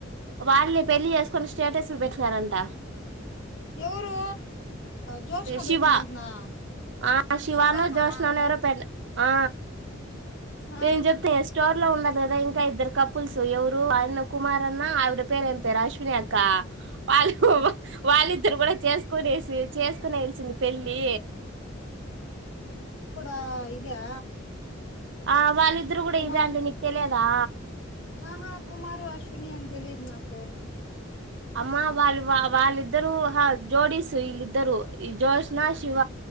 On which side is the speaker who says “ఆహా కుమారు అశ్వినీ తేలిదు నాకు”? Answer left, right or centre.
Left